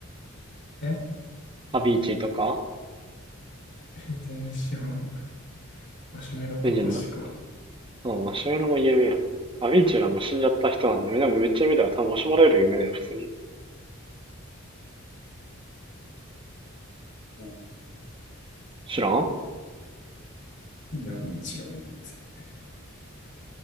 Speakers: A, on the left; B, on the right.
A: え
B: アビーチーとか
A: <laughs> 全然知らん。マシュメロとかしか。
B: うんじゃんでもマシュマロも有名やな。アビーチューラも死んじゃった人なんで、でもめっちゃ有名だよ。多分マシュマロより有名だよ、普通に。
A: あ
B: 知らんん
A: 何やビーチラムって。